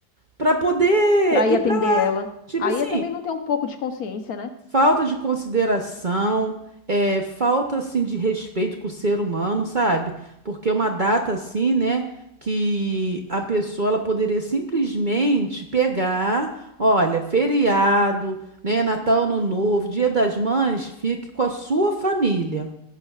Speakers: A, on the right; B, on the left.
A: para poder
B: para ir
A: ir
B: atender
A: para lá.
B: ela.
A: Tipo
B: Aí
A: assim,
B: é também não ter um pouco de consciência, né?
A: falta de consideração, é, falta assim de respeito com o ser humano, sabe? Porque é uma data assim, né, que a pessoa ela poderia simplesmente pegar, olha, feriado, né, Natal, Ano Novo, Dia das Mães, fique com a sua família.